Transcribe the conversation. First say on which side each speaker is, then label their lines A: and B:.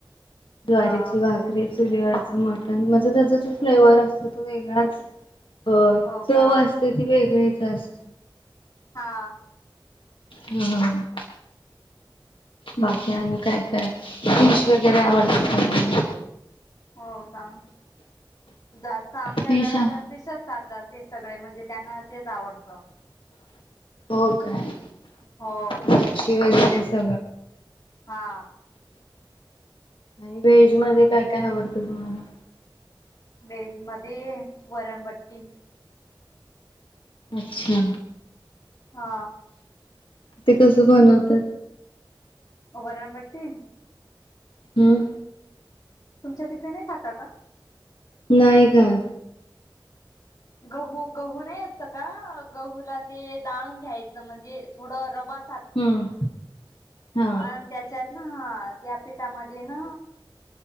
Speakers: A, on the left; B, on the left.
A: ज्वारीची
B: हा
A: भाकरी चुलीवरचं मटण. म त्याचा जो फ्लेवर असतो तो वेगळाच. अ
B: हो
A: चव
B: का
A: असते ती वेगळीच. <unintelligible>
B: हा
A: हम्म बाकी आणि काय काय इंग्लिश वगैरे आवडत
B: हो का जास्त आमच्या
A: फिश
B: घरात
A: आहे
B: फिशच खातात. ते सगळे म्हणजे त्यांना तेच आवडतं.
A: हो काय.
B: हो
A: मच्छी वगैरे स
B: हा
A: आणि व्हेज मध्ये काय काय आवडतं तुम्हाला.
B: वेज मध्ये वरणबट्टी.
A: अच्छा
B: हा
A: ते कसं बनवतात.
B: वराण बट्टी.
A: हम्म
B: तुमच्या तिकडे नाही खाता का.
A: नाही खात.
B: गहू गहू नाही असत का. गहूला ते दाळून घ्यायचं म्हणजे थोडं रवा
A: हम्म हा
B: अन् त्याच्यात हा त्या पेठामध्ये ना